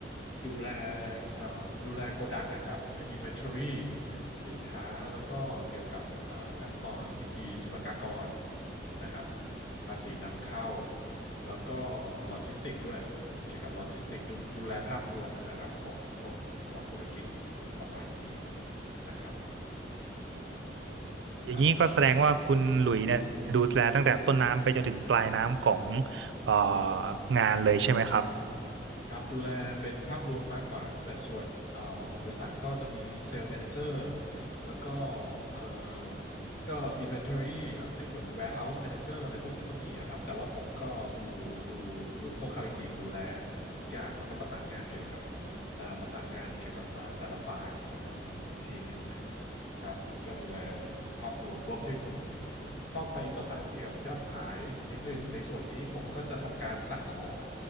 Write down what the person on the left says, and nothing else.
ดูแลเอ่อดูแลโกดังอะครับใน inventory สินค้า แล้วก็เกี่ยวกับเอ่อขั้นตอนพิธีศุลกากรนะครับภาษีนำเข้า แล้วก็โลจิสติกด้วย เกี่ยวกับโลจิสติกดูดูแลภาพรวมนะครับของของของธุรกิจประมาณนี้นะครับอืม
ครับ
ครับดูแลเป็นภาพรวมมากกว่าแต่ส่วนเอ่อของบริษัทก็จะมีเซลล์แมเนเจอร์แล้วก็เอ่อก็ Inventory อ่ะในส่วน Warehouse Manager อะไรพวกนี้ก็มีอะครับแต่ว่าผมก็ดูดูดูพวกเขาอีกทีดูแลทุกอย่างแล้วก็ประสานงานเกี่ยวกับเอ่อประสานงานเกี่ยวกับเอ่อแต่ละฝ่ายเนอะอีกทีหนึ่งครับก็ดูแลภาพรวมรวมถึงเข้าไปประสานเกี่ยวกับยอดขายนิดหนึ่งในส่วนนี้ผมก็จะทำการสั่งของ